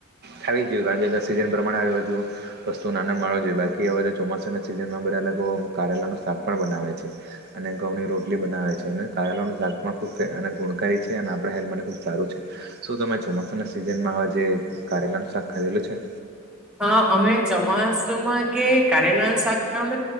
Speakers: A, on the right; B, in the centre.
A: ખાવી જ જોઈએ <unintelligible> સિઝન પ્રમાણે આવી, બધુ વસ્તુન આન માળવો જોઈએ બાકી હવે તો ચોમાસાના સિઝનમાં બધા લોકો કારેલાનું શાક પણ બનાવે છે, અને ઘઉંની રોટલી બનાવે છે, અને કારેલા નું શાક પણ ખૂબ‌ અને ગુણકારી છે. આપણા હેલ્થ માટે ખૂબ સારું છે, શું તમે ચોમાસાના સિઝનમાં હવે જે કારેલાનું શાક ખાધેલું છે?
B: હા, અમે ચોમાસ તોમાકે કારેલા ન શાખ નમ